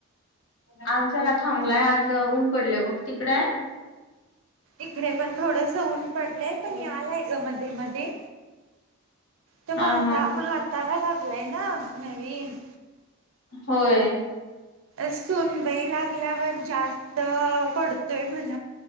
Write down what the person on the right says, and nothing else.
इकडे पण, थोडस ऊन पडलंय, पण
यालाय ग मध्ये -मध्ये तो,
म्हाता -म्हाताारा लागलाय ना. नवीन
सोनबई लागल्यावर, जास्त पडतोय म्हण.